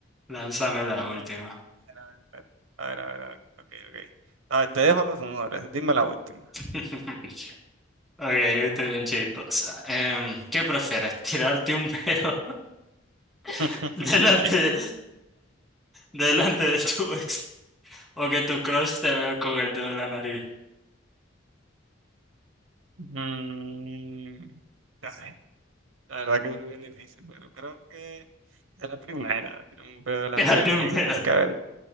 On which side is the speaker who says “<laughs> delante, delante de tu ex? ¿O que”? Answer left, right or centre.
Centre